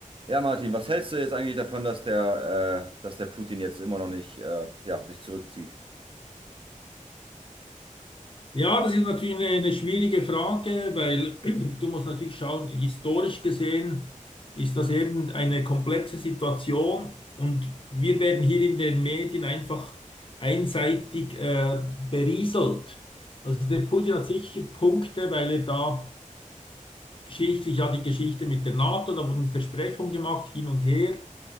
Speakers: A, on the right; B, on the left.
A: Ja, Martin, was hältst du jetzt eigentlich davon, dass der, äh, dass der Putin jetzt immer noch nicht, äh, ja, sich zurückzieht?
B: Ja, das ist natürlich eine, eine schwierige Frage, weil <clears throat> du musst natürlich schauen, historisch gesehen ist das eben eine komplexe Situation und wir werden hier in den Medien einfach einseitig äh, berieselt. Also der Putin hat sicher Punkte, weil er da geschichtlich ja die Geschichte mit der NATO, da wurden Versprechungen gemacht hin und her.